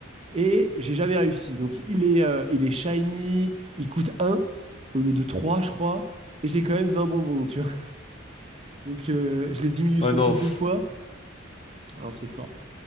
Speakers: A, on the right; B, on the left.
A: Et j'ai jamais réussi. Donc il est, euh, il est shiny, il coûte un au lieu de 3, je crois. Et j'ai quand même 20 bonbons, tu vois. Donc euh, je l'ai diminué
B: Ouais,
A: son
B: non,
A: coût deux
B: c-
A: fois. Alors c'est fort.